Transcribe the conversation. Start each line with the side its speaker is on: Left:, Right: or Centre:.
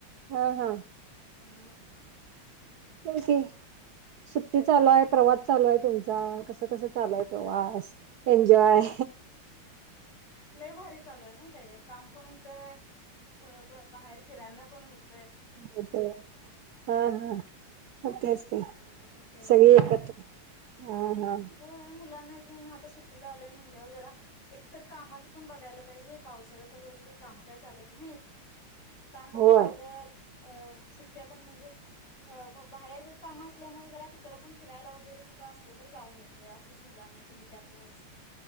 Right: हा हा
Left: म्हणून म्हणल
Right: <unintelligible> सुट्टी चालू आहे प्रवास चालू हाय तुमचा कस कसा चालुहे
Left: ओ
Right: प्रवास एन्जॉय
Left: लई भारी चालू हाय माहिती हाय काय काम पण होतंय म ब्र बाहेर फीरांन पण होत
Right: होतय हा हा म तेच ना
Left: तेच
Right: सगळे
Left: म्हणलं
Right: एकत्र
Left: काय
Right: हा हा
Left: होय ह्या मुलांना घेऊन आता सुट्टी लावलय म्हणल्यावर जरा एकतर कामाच पण बघायला पाहिजे पावसाळा चालू झाला की काम काय चालत नाहीत काम बघत
Right: होय
Left: बघत अ सुट्ट्या पण म्हणजे अ बाहेर काम असल्यामुळे जरा तिकडं पण फिरायला वगैरे कुठं असलं तर जाऊन येत होय असंच मुलांना घेऊन त्यातनच